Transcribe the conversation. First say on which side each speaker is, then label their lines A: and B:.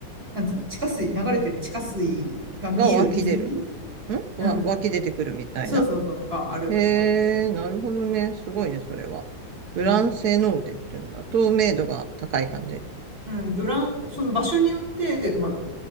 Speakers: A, on the right; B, on the right.
A: なんつうの、地下水、流れてる地下水が見える泉
B: が湧き出る。んわ、
A: うん。
B: 湧き出てくるみたいな。
A: そうそうそう、があるとかって。
B: へえなるほどね。すごいね、それは。
A: うん。
B: グランセノーテっていうんだ。透明度が高い感じ。
A: うん。グラン、その場所によって、まあ、